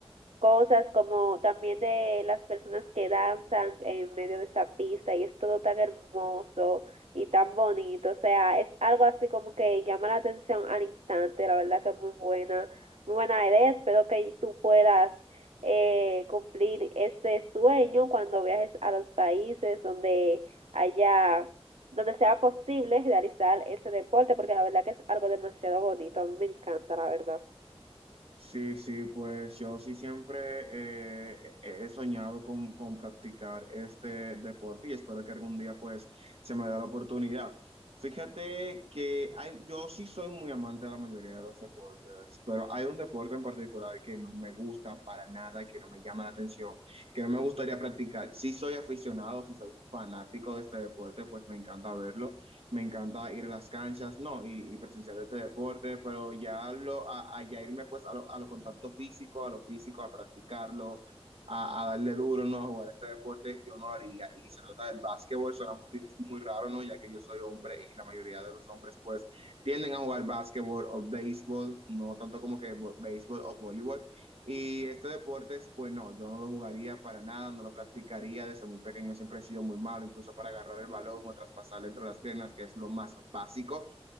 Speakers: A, on the right; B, on the right.
A: cosas como también de las personas que danzan en medio de esa pista y es todo tan hermoso y tan bonito, o sea, es algo así como que llama la atención al instante, la verdad que es muy buena, muy buena idea, espero que tú puedas eh, cumplir ese sueño cuando viajes a los países donde haya, donde sea posible realizar ese deporte, porque la verdad que es algo demasiado bonito, a mí me encanta, la verdad.
B: Sí, sí, pues yo sí siempre eh, he soñado con, con practicar este deporte y espero que algún día pues se me da la oportunidad. Fíjate que hay, yo sí soy muy amante de la mayoría de los deportes, pero hay un deporte en particular que no me gusta para nada, que no me llama la atención, que no me gustaría practicar. Sí soy aficionado, sí soy fanático de este deporte, pues me encanta verlo me encanta ir a las canchas, no, y, y presenciar este deporte, pero ya lo, a, a ya irme pues a lo, a lo contacto físico, a lo físico, a practicarlo, a, a, darle duro, ¿no? A jugar este deporte, yo no lo haría. Y se trata del básquetbol, suena muy, muy raro, ¿no? Ya que yo soy hombre y la mayoría de los hombres, pues, tienden a jugar básquetbol o béisbol, no tanto como que bo- béisbol o voleibol, y este deporte, pues no, yo no lo jugaría para nada, no lo practicaría desde muy pequeño, siempre he sido muy malo, incluso para agarrar el balón o traspasarlo entre las piernas, que es lo más básico.